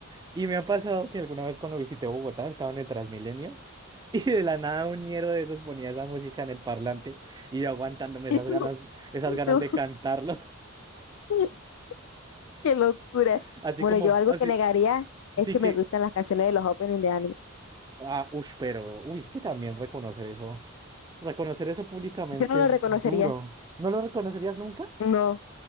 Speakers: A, on the right (about 20°); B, on the left (about 75°).
A: Y me ha pasado que alguna vez cuando visité Bogotá estaba en el Transmilenio <laughs> y de la nada un ñero de esos ponía esa música en el parlante y yo aguantándome esas
B: ¿Y tú?
A: ganas, esas
B: ¿Y
A: ganas
B: tú?
A: de cantarlo,
B: <laughs> Qué locura.
A: <laughs> así
B: Bueno,
A: como,
B: yo algo
A: así,
B: que negaría es
A: sí
B: que
A: que,
B: me gustan las canciones de los openings de anime.
A: ah, ush, pero, uy, es que también reconocer eso, reconocer eso públicamente
B: Yo no lo
A: es
B: reconocería.
A: duro. ¿No lo reconocerías nunca?
B: No,